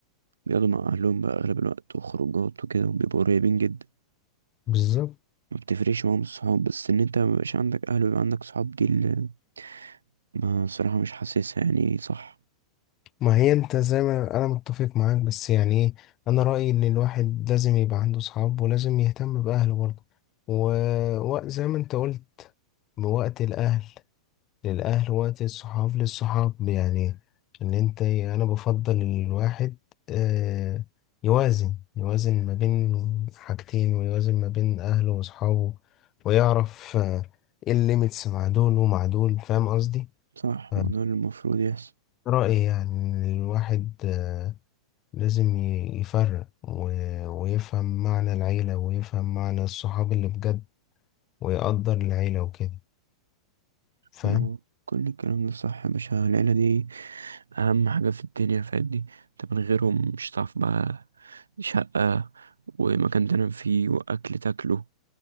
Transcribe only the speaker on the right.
بيقعدوا مع أهلهم بقى أغلب الوقت وخروجات وكده وبيبقوا قريبين جدا
ما بتفرقش معاهم الصحاب بس إن أنت مبقاش عندك أهل ويبقى عندك صحاب دي اللي ما الصراحة مش حاسسها يعني صح
صح
ما هو ده اللي المفروض يحصل
ما هو كل الكلام ده صح يا باشا العيلة دي أهم حاجة في الدنيا فادي أنت من غيرهم مش هتعرف بقى شقة ومكان تنام فيه وأكل تاكله